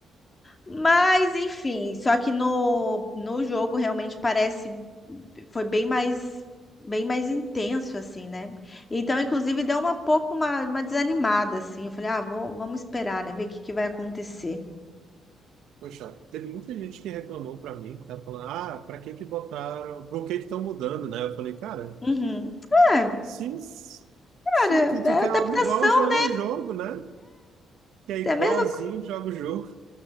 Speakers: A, on the left (about 25°); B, on the right (about 85°).
A: Mas, enfim, só que no, no jogo realmente parece foi bem mais bem mais intenso assim, né? Então, inclusive, deu uma pouco uma, uma desanimada assim. Eu falei: "Ah, vou, vamos esperar, né, ver o que que vai acontecer".
B: Poxa, teve muita gente que reclamou pra mim, que tava falando, ah, pra que que botaram, por que que estão mudando, né? Eu falei, cara,
A: Uhum. É,
B: se,
A: cara,
B: se tu
A: é
B: quer
A: adaptação,
B: algo igual, joga o jogo, né? Que é igualzinho,
A: é a mesma
B: joga o jogo.